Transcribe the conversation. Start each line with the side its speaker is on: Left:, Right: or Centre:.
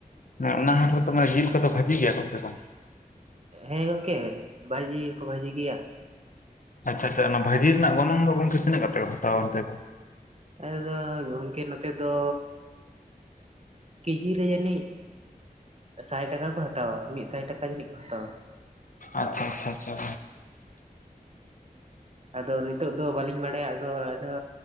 Left: ᱚᱱᱟ ᱦᱟᱴ ᱨᱮᱫᱚ ᱢᱟᱱᱮ ᱡᱤᱞ ᱠᱚᱫᱚ ᱵᱷᱟᱹᱡᱤ ᱜᱮᱭᱟ ᱠᱚᱥᱮ ᱵᱟᱝ?
Right: ᱦᱮᱸ ᱜᱚᱢᱠᱮ ᱵᱷᱟᱹᱡᱤ ᱦᱚ ᱠᱚ ᱵᱷᱟᱹᱡᱤ ᱜᱮᱭᱟ᱾
Left: ᱟᱪᱪᱷᱟ ᱟᱪᱪᱷᱟ ᱚᱱᱟ ᱵᱷᱟᱹᱡᱤ ᱨᱮᱱᱟᱜ ᱜᱚᱱᱚᱝ ᱫᱚ ᱜᱚᱝᱠᱮ ᱛᱤᱱᱟᱹᱜ ᱠᱟᱛᱮ ᱠᱚ ᱦᱟᱛᱟᱣᱟ ᱚᱱᱛᱮ ᱫᱚ?
Right: ᱟᱞᱮ ᱫᱚ ᱜᱚᱢᱠᱮ ᱱᱚᱛᱮ ᱫᱚ ᱠᱮᱡᱤ ᱨᱮ ᱡᱟᱹᱱᱤᱡ ᱥᱟᱭ ᱴᱟᱠᱟ ᱠᱚ ᱦᱟᱛᱟᱣᱟ ᱢᱤᱫ ᱥᱟᱭ ᱴᱟᱠᱟ ᱡᱟᱱᱤᱡ ᱠᱚ ᱦᱟᱛᱟᱣᱟ
Left: ᱟᱪᱷᱟ ᱟᱪᱷᱟ ᱟᱪᱷᱟ ᱟᱪᱷᱟ
Right: ᱟᱫᱚ ᱱᱤᱛᱳ ᱫᱚ ᱵᱟᱹᱞᱤᱧ ᱵᱟᱲᱟᱭᱟ ᱟᱫᱚ ᱟᱫᱚ